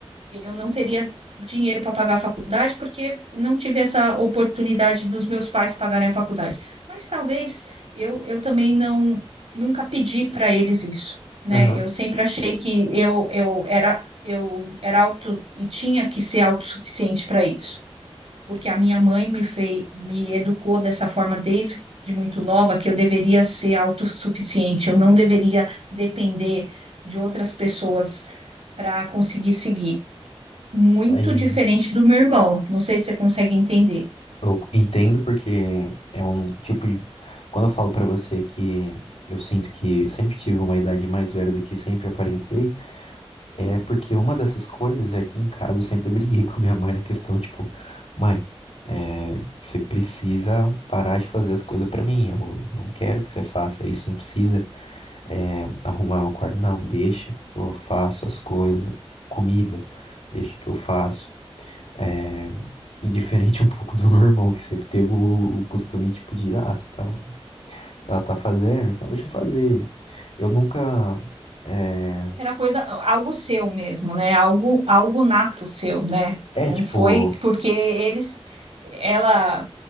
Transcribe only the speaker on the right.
eu não teria dinheiro para pagar a faculdade porque não tive essa oportunidade dos meus pais pagarem a faculdade. Mas talvez eu, eu também não nunca pedi para eles isso, né?
Eu sempre achei que eu, eu era eu era auto e tinha que ser autossuficiente para isso, porque a minha mãe me fez me educou dessa forma desde de muito nova que eu deveria ser autossuficiente, eu não deveria depender de outras pessoas para conseguir seguir muito
diferente do meu irmão. Não sei se você consegue entender.
Será coisa, algo seu mesmo, né? Algo, algo nato seu, né?
Não
foi porque eles, ela,